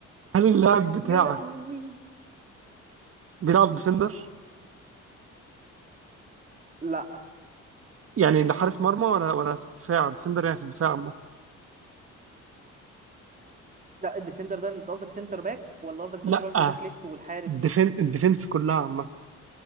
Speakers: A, on the right; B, on the right.
A: هل اللاعب بتاعك
B: يا لهوي
A: بيلعب ديفندر؟
B: لا
A: يعني لحارس مرمى ولا ولا في الدفاع ديفندر يعني في الدفاع عامة
B: لا الديفندر ده انت قصدك سنتر باك ولا قصدك باك
A: لا
B: رايت وباك ليفت والحارس
A: الديفن الديفنس كلها عامة